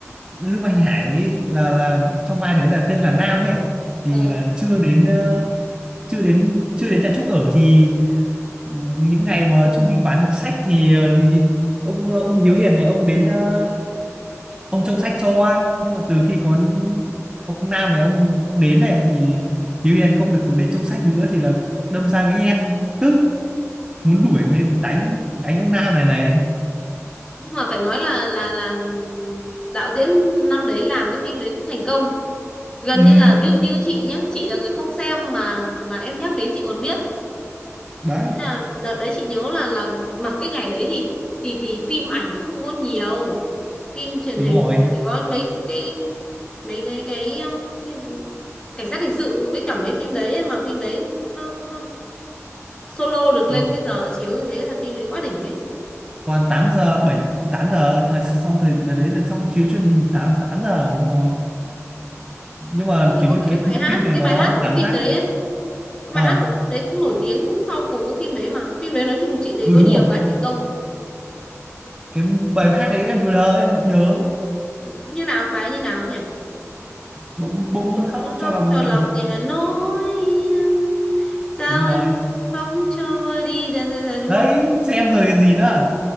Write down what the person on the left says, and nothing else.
Ờ,
Nhưng mà phải nói là là là đạo diễn năm đấy làm cái phim đấy cũng thành công. Gần
như là ví dụ như chị nhá, chị là người không xem mà mà em nhắc đến chị còn biết.
Nên Là đợt đấy chị nhớ là là mà cái ngày đấy thì thì thì phim ảnh nó cũng không có nhiều, phim truyền
hình
chỉ có mấy cái mấy cái cái, um, cái cảnh sát hình sự với cả mấy phim đấy ấy, mà phim đấy nó nó solo được lên
cái giờ chiếu như thế là phim đấy quá đỉnh ấy
xong rồi
có
cả
cái bài
hát
cái
bài hát của cái
phim
đấy ấy cái
bài hát của phim đấy cũng nổi tiếng sau cùng cái phim đấy mà phim đấy nói chung chị thấy
có
nhiều
cái thành công
như nào bài như nào nhỉ
bỗng
muốn khóc
cho
lòng
nhẹ nỗi thương. sao
em không khóc cho vơi đi da, da, da, đúng
không